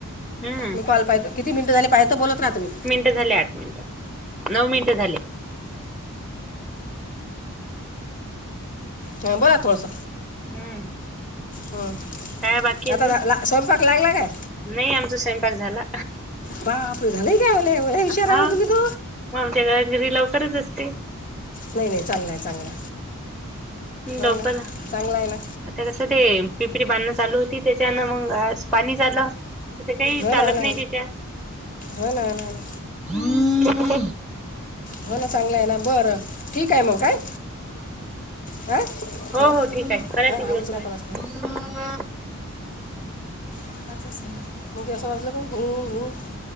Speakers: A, in the centre; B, on the left (about 35°).
A: हम्म
B: मी कॉल पाहतो किती मिनट झाली पाहित बोलत ना तम्ही
A: झा आठ मिनट नऊ मिनिट झाले
B: बर थोडस
A: हम्म
B: हम
A: काय बाकी अजून
B: आता ला स्वयंपाक लागला काय
A: नाही आमचा स्वयंपाक झाला
B: बापर झाले का विषय
A: हा
B: राहु्ही तू
A: मग आमच्या घ घरी लवकरच असते
B: नाही नाही चांगला आहे चांगला
A: ह् लडवकर
B: हो ना
A: आता
B: चांगला आहे ना
A: कसं ते पिपरी बांधणं चालू होती त्याच्यानं मग पाणी झालं तथ काही
B: हो
A: चालत
B: ना हो ना
A: नाही त्याच्या
B: हो ना हो ना हो ना हो ना
A: हम्म
B: हो ना चांगला आहे ना बरं ठीक आहे मग काय हां
A: हो
B: हां
A: हो ठीक आहे करा
B: हां
A: तिकडून
B: उचलू
A: क
B: कोणाचं कोणा
A: हम
B: मग तेीवं वाजलं